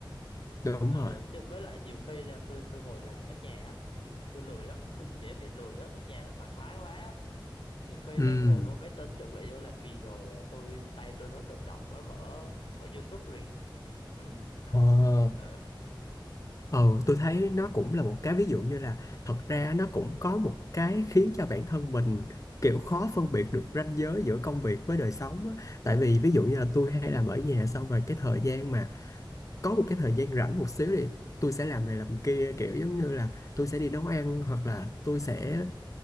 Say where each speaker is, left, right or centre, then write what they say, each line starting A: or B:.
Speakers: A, on the left (about 40°); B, on the left (about 85°).
A: đúng
B: ờ,
A: rồi
B: chứ với lại nhiều khi nha tôi tôi ngồi làm ở nhà á tôi lười lắm <laughs> dễ bị lười á ở nhà nó thoải mái quá á. nhiều khi
A: ừ.
B: đang ngồi vô máy tính chuẩn bị vô làm việc rồi là tôi tay tôi nó tự động nó mở mở YouTube liền <laughs> ừ,
A: Ờ,
B: ừ,
A: Ừ, tôi thấy nó cũng là một cái ví dụ như là thật ra nó cũng có một cái khiến cho bản thân mình kiểu khó phân biệt được ranh giới giữa công việc với đời sống á. Tại vì ví dụ như là tôi hay làm ở nhà xong rồi cái thời gian mà có một cái thời gian rảnh một xíu thì tôi sẽ làm này làm kia kiểu giống như là tôi sẽ đi nấu ăn hoặc là tôi sẽ